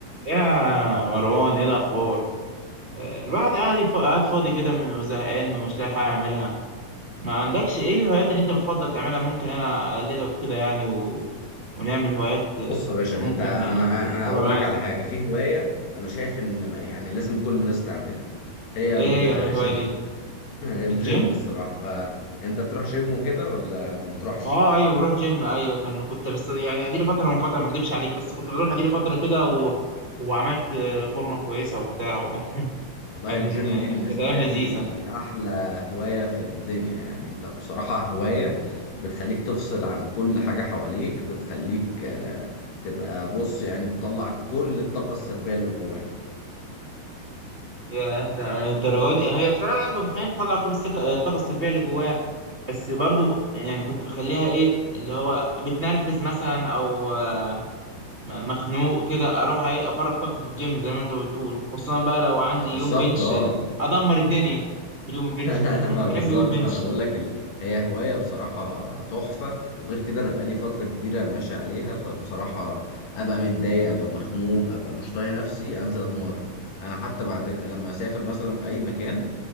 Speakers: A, on the right; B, on the left.
A: يا مروان ايه الاخبار آه، الواحد قاعد يف- قاعد فاضي كده من- وزهقان ومش لاقي حاجه اعملها ما عندكش ايه الهوايات اللي انت بتفضل تعملها ممكن انا اقلدك كده يعني و... ونعمل هوايات آه،
B: بص يا باشا
A: ممكن
B: انت انا
A: ابقى
B: ه- هقول
A: معاك
B: لك على حاجه في هوايه انا شايف ان ما- يعني لازم كل الناس تعملها هي
A: ايه
B: الجيم
A: هي الهوايه دي
B: <laughs> الجيم
A: الجيم
B: الصراحه فانت بتروح جيم وكده ولا ما بتروحش
A: اه ايوه بروح جيم ايوه كان كنت بس يعني اديلي فتره منقطعه ما اكدبش عليك بس كنت بروح اديلي فتره كده و... وعملت آه، فورمه كويسه وبتاع و... <laughs>
B: والله
A: كان
B: الجيم
A: آه،
B: دي بالنسبه
A: كانت ايام
B: لي
A: لذيذه
B: احلى هوايه في الدنيا يعني انت بصراحه هوايه بتخليك تفصل عن كل حاجه حواليك بتخليك آه، تبقى بص يعني بتطلع كل الطاقه السلبيه اللي جواك
A: يا انت الدرجه دي هي بصراحه انا كنت متخيل تطلع كل السك- الطاقه السلبيه اللي جواها بس برضو ك- يعني كنت بخليها ايه اللي هو بتنرفز مثلا او آه، م- مخنوق كده اروح ايه افرغ طاقتي في الجيم زي ما انت بتقول خصوصا بقى لو عندي
B: ما بالظبط
A: يوم بنش
B: اه
A: آه، ادمر الدنيا في اليوم البنش
B: <laughs>
A: ده <laughs>
B: ما بالظبط
A: بحب يوم البنش
B: فانا بقول لك ال... هي هوايه بصراحه تحفه وغير كده انا بقالي فتره كبيره ماشي عليها فبصراحه ابقى متضايق ابقى مخنوق ابقى مش طايق نفسي انزل اتمرن انا حتى بعد لما اسافر مثلا في اي مكان